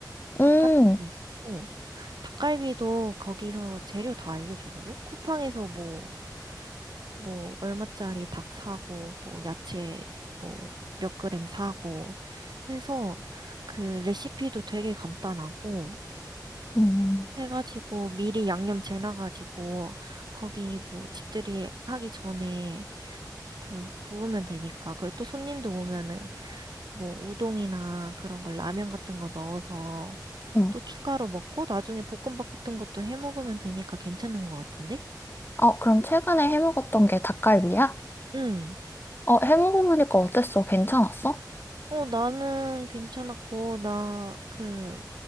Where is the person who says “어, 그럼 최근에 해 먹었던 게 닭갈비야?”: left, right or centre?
Left